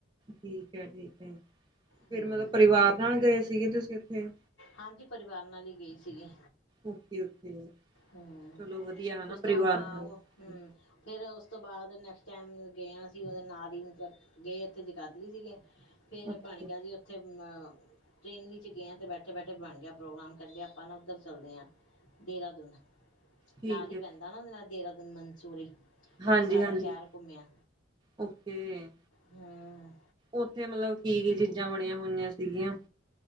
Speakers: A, on the right; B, on the left.
A: ਠੀਕ ਹੈ ਠੀਕ ਹੈ। ਫਿਰ
B: ਹੂੰ
A: ਮਤਲਬ ਪਰਿਵਾਰ ਨਾਲ ਗਏ ਸਿਗੇ ਤੁਸੀਂ ਉੱਥੇ।
B: ਹਾਂਜੀ ਪਰਿਵਾਰ ਨਾਲ ਹੀ ਗਈ ਸੀਗੀ।
A: ਓਕੇ ਓਕੇ
B: ਹਮ
A: ਚਲੋ ਵਧੀਆ ਹਨਾ
B: ਉਸ ਤੋਂ
A: ਪਰਿਵਾਰ
B: ਹਾਂ
A: ਨਾਲ
B: ਉਹ ਹਮ। ਫਿਰ ਉਸ ਤੋਂ ਬਾਅਦ ਨੈਕਸਟ ਟਾਈਮ ਗਿਆ ਸੀ ਉਹਦੇ ਨਾਲ ਹੀ ਮਤਲਬ। ਗਏ ਇੱਥੇ ਜਗਾਧਰੀ ਸੀਗੇ ਫਿਰ
A: ਓਕੇ
B: ਬਣ ਗਿਆ ਜੀ ਉੱਥੇ ਟ੍ਰਰੇਨ ਵਿੱਚ ਗਏ ਹ ਅਤੇ ਬੈਠੇ। ਇਕਠੇ ਬੈਠੇ ਬਣ ਗਿਆ ਪ੍ਰੋਗਰਾਮ ਕਹਿੰਦੇ ਆਪਾਂ ਨਾ ਉੱਧਰ ਚੱਲਦੇ ਹਾਂ ਦੇਹਰਾਦੂਨ
A: ਠੀਕ
B: ਨਾਲ ਹੀ
A: ਹੈ
B: ਪੈਂਦਾ। ਨਾ ਦੇਹਰਾਦੂਨ ਮਨਸੂਰੀ।
A: ਹਾਂਜੀ
B: ਉਹ ਸਾਰਾ
A: ਹਾਂਜੀ
B: ਸ਼ਹਿਰ ਘੁੰਮਿਆ
A: ਓਕੇ
B: ਹਮ।
A: ਉੱਥੇ ਮੱਤਲਬ ਕੀ ਕੀ ਚੀਜ਼ਾਂ ਬਣੀਆਂ ਹੋਈਆਂ ਸਿਗੀਆ।